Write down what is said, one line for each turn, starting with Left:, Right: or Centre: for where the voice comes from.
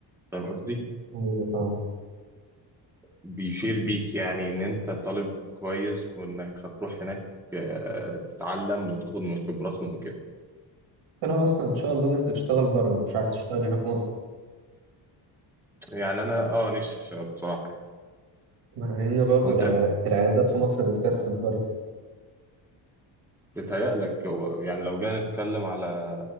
Centre: فاهم قصدي؟
Right: ايوه فاهم
Centre: بيشير بيك يعني إن أنت طالب كويس وإنك هتروح هناك آه، تتعلم وتاخد من خبراتهم وكده
Right: انت ناوي اصلا ان شاء الله ان انت تشتغل بره مش عايز تشتغل هنا في مصر
Centre: يعني أنا أه نفسي في- بصراحة يعني
Right: مع ان برضو
Centre: وأنت
Right: العيا- العيادات في مصر بتكسب برضو
Centre: بيتهيألك هو- يعني لو جينا نتكلم على